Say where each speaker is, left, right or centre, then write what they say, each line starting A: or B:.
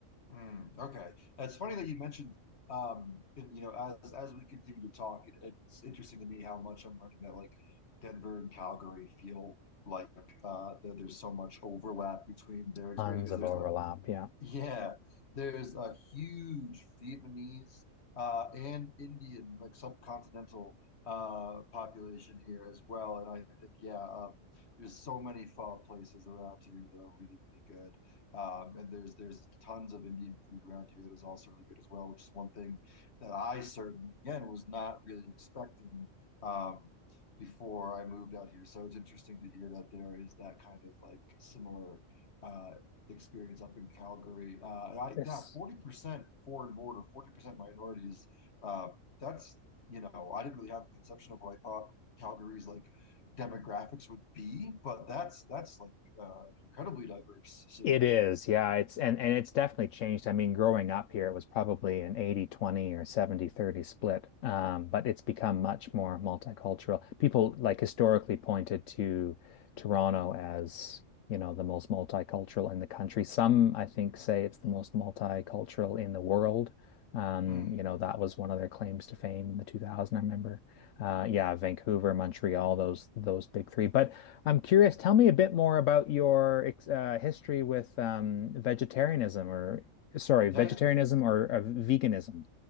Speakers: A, on the left (about 55°); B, on the left (about 75°).
A: mm, okay. It's funny that you mentioned, um, and you know, as as we continue to talk, it, it's interesting to me how much I'm learning that like Denver and Calgary feel like uh, that there's so much overlap between their experience
B: Tons
A: because
B: of
A: there's
B: overlap.
A: a,
B: Yeah.
A: Yeah, there's a huge Vietnamese uh, and Indian, like subcontinental uh, population here as well. And I think, yeah, um, there's so many pho places around here that are really, really good. Um, and there's there's tons of Indian food around here that is also really good as well, which is one thing that I certainly, again, was not really expecting um, before I moved out here. So it's interesting to hear that there is that kind of like similar. uh, experience up in Calgary. Uh, and I,
B: Yes.
A: yeah, 40% foreign border, 40% minorities. Uh, that's, you know, I didn't really have a conception of what I thought Calgary's like demographics would be, but that's that's like uh, an incredibly diverse city.
B: It is, yeah. It's and and it's definitely changed. I mean, growing up here, it was probably an eighty twenty or seventy thirty split. Um, but it's become much more multicultural. People like historically pointed to Toronto as, you know, the most multicultural in the country. Some, I think, say it's the most multicultural in the world. Um,
A: Mm.
B: you know, that was one of their claims to fame in the 2000, I remember. Uh, yeah, Vancouver, Montreal, those those big three. But I'm curious, tell me a bit more about your ex- uh, history with um, vegetarianism or, sorry,
A: Yeah,
B: vegetarianism
A: yeah.
B: or uh, veganism.